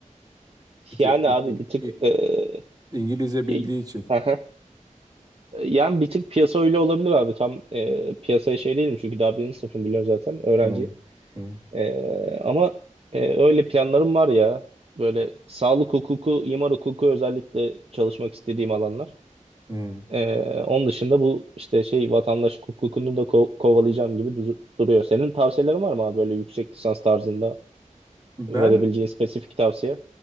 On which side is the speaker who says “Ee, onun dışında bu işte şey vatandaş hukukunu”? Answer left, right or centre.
Right